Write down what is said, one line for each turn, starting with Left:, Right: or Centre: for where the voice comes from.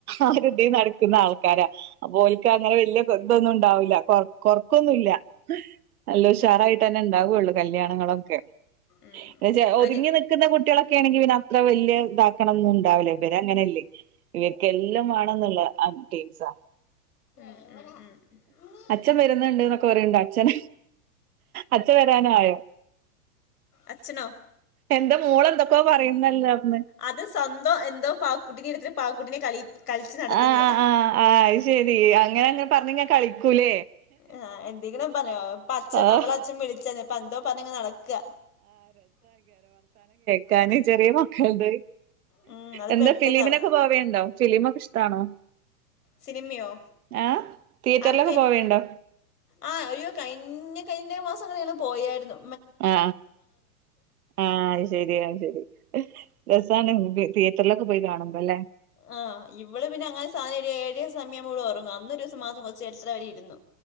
Right: ആരുതി നടക്കുന്ന ആൾക്കാരാ അപ്പൊ ഓൽക് അങ്ങനെ വല്യ ശ്രദ്ധൊന്നുണ്ടാവൂല്ല ല്ല കൊർ കൊർക്കൊന്നുല്ല നല്ല ഉഷാറായിട്ടന്നെ
Left: ഏ
Right: ണ്ടാവൊള്ളു കല്യാണങ്ങളൊക്കെ
Left: ഉം
Right: ന്നച ഒതുങ്ങി
Left: ഒരു
Right: നിക്കുന്ന കുട്ട്യളൊക്കെയാണെങ്കി പിന്നെ അത്ര വല്യ താക്കണംന്നും ഉണ്ടാവൂലെ ഇവരങ്ങനെയല്ലേ ഇവയ്ക്ക് എല്ലാം വേണംന്നുള്ള ആപ്ടെത്സാ
Left: ഉം ഉം
Right: അച്ഛം വരുന്നുണ്ട് ന്നൊക്കെ പറയ്ണ്ട് അച്ഛൻ അച്ഛൻ വരാനായോ
Left: അച്ചനോ
Right: എന്റെ മോളന്തൊകൊ പറയുന്നല്ലോ അവ്ട്ന്ന്
Left: അത് സ്വന്തം എന്തോ പാക്കുട്ടിനെ ഇടുത്ത് പാക്കുട്ടിനെ കളി കളിച്ച് നടക്കുന്നയാ
Right: ആ ആ ആ ആ അയ് ശെരി അങ്ങനെക്ക പറഞ്ഞങ് കളിക്കൂലേ
Left: ആ എന്തെങ്കിലും പറയോ പ്പൊ അച്ഛൻ
Right: ആഹ്
Left: അവളെ അച്ഛൻ വിളിച്ചെ പ്പൊ ന്തോ പറഞ്ഞങ്ങനെ നടക്ക
Right: ക്കാന് ചെറിയ മക്കൾണ്ട്
Left: ഉം അത്
Right: എന്താ
Left: പെട്ടെന്നാവും
Right: ഫിലിമിനൊക്കെ പോവേണ്ടോ ഫിലിമൊക്കെഷ്ടാണോ
Left: സിനിമയോ
Right: ആ തീയറ്ററിലൊക്കെ
Left: ആർക്കനി
Right: പോവേണ്ടോ
Left: ആ ഒരു കയിഞ്ഞ കയിന്റേ മാസം ങ്ങനെള് പോയാരുന്നു
Right: ആ ആ ആ അയ് ശരി അയ് ശരി രസാണ് തിയറ്ററിലൊക്കെ പോയി കാണുമ്പല്ലേ!
Left: ആ ഇവള് പിന്നെ അങ്ങനെ സാന ഏഴ് സമയവുമ്പോവ്ളൊറങ്ങും അന്ന് ഒരുസം മാത്രം കൊച്ച്എണീച് അവ്ടീര്ന്ന്